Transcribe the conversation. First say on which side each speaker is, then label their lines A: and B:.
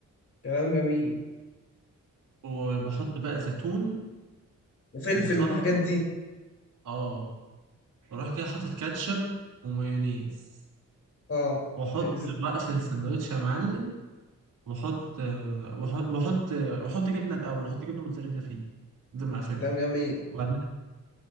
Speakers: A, on the left; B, on the right.
A: كلام جميل
B: وبحط بقى زيتون
A: وفلفل
B: وسلطة
A: والحاجات دي
B: اه واروح كده حاطط كاتشب ومايونيز
A: اه
B: واحط
A: البزيت
B: بقى في السندوتش يا معلم واحط آه، واحط واحط آه، واحط جبنه الاول احط جبنه موتزاريلا فيه قبل ما اقفله
A: كلام جميل
B: وبعدين